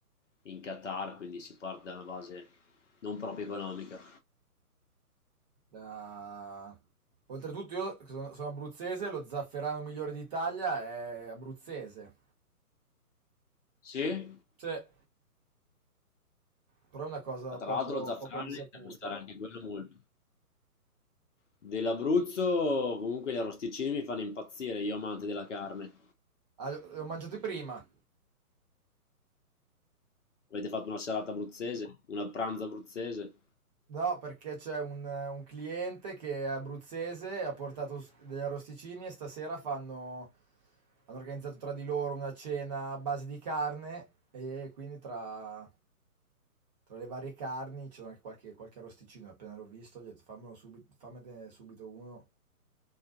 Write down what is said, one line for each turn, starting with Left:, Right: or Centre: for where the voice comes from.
Left: in Qatar, quindi si parte da una base non proprio economica.
Right: Da... Oltretutto io che sono, sono abruzzese, lo zafferano migliore d'Italia è abruzzese.
Left: Sì,
Right: Sì, però è una cosa
Left: ma tra
Right: poco,
Left: l'altro lo zafferano
Right: poco risaputa.
Left: inizia a costare anche quello molto. Dell'Abruzzo, comunque gli arrosticini mi fanno impazzire, io amante della carne.
Right: Ah, l'ho l'ho mangiato prima,
Left: Avete fatto una serata abruzzese, una pranzo abruzzese?
Right: No, perché c'è un, un cliente che è abruzzese e ha portato s- degli arrosticini e stasera fanno, hanno organizzato tra di loro una cena a base di carne e quindi tra, tra le varie carni c'era anche qualche, qualche arrosticino. Appena l'ho visto, gli ho detto fammelo subito, fammene subito uno.